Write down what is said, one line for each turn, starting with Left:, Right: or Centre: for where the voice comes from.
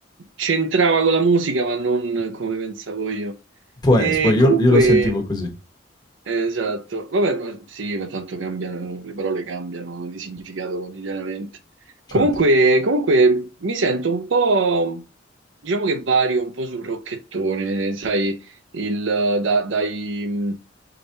Right: C'entrava con la musica, ma non come pensavo io.
Left: Può
Right: E
Left: essere, poi io,
Right: comunque,
Left: io lo sentivo così,
Right: Esatto, vabbè, ma- sì, ma tanto cambiano, le parole cambiano di significato quotidianamente.
Left: certo.
Right: Comunque, comunque mi sento un po', diciamo che vario un po' sul rocchettone, sai, il, eh, da- dai, mh,